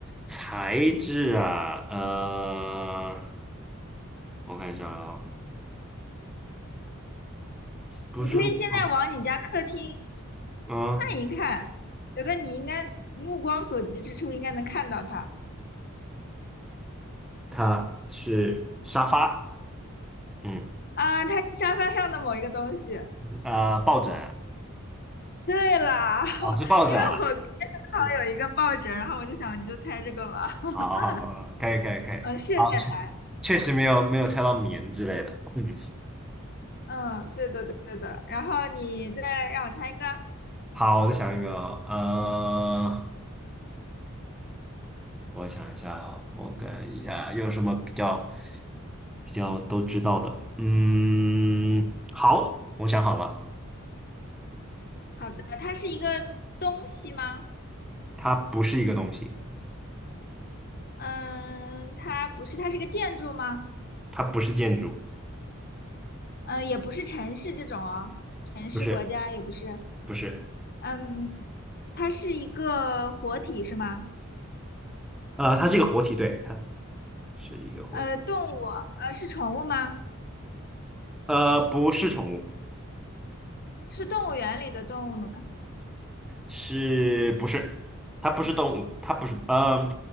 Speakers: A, in the centre; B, on the left.
A: 材质啊，呃，我看一下啊、不是木头，
B: 你可以现在往你家客厅
A: 嗯，
B: 看一看，觉得你应该目光所及之处应该能看到它。
A: 它是沙发，嗯，
B: 啊，它是沙发上的某一个东西。
A: 啊、抱枕
B: 对啦，<laughs>
A: 啊，是抱枕啊，
B: 因为我今天正好有一个抱枕，
A: 是
B: 然后我就想你就猜这个吧。<laughs>
A: 好好好，可以可以可以，
B: 嗯，是有点难。
A: 好，确实没有没有猜到棉之类的，嗯，
B: 嗯，对的，对对的。然后你再让我猜一个。
A: 好，我再想一个哦呃，我想一下哦，我看一下有什么比较。比较都知道的。嗯，好，我想好了，
B: 好的，它是一个东西吗？
A: 它不是一个东西，
B: 嗯，它不是，它是个建筑吗？
A: 它不是建筑，
B: 嗯，也不是城市这种啊，城市国家也不是。
A: 不是，不是，
B: 嗯，它是一个活体是吗？
A: 呃，它是一个活体，对，它 <laughs> 是一个活体，
B: 呃，动物，呃，是宠物吗？
A: 呃，不是宠物，
B: 是动物园里的动物吗？
A: 是不是？它不是动物，它不是，呃，